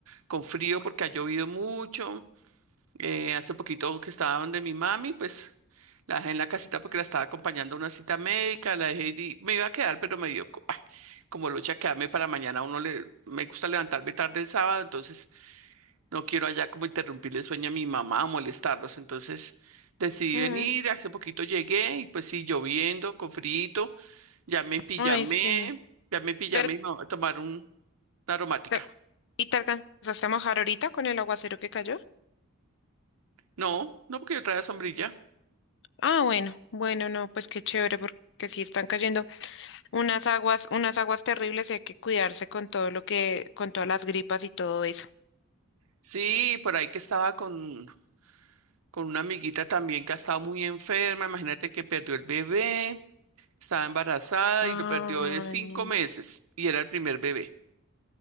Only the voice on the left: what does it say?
Mm,
Ay, sí.
Pero,
te- ¿y te alcanzaste a mojar ahorita con el aguacero que cayó?
Ah, bueno, bueno, no, pues qué chévere, porque sí están cayendo unas aguas, unas aguas terribles y hay que cuidarse con todo lo que, con todas las gripas y todo eso.
Ay,
no.